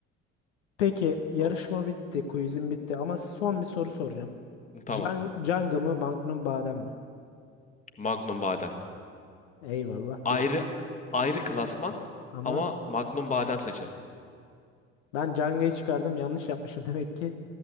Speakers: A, on the left; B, on the left.
A: Peki yarışma
B: O-
A: bitti, quizim bitti ama son bir soru soracağım.
B: Tamam.
A: Can Canga mı Magnum badem mi?
B: Magnum badem.
A: Eyvallah
B: Ayrı
A: diyorum.
B: ayrı klasman
A: Ama
B: ama Magnum badem seçerim.
A: ben Canga'yı çıkardım yanlış yapmışım <laughs> demek ki.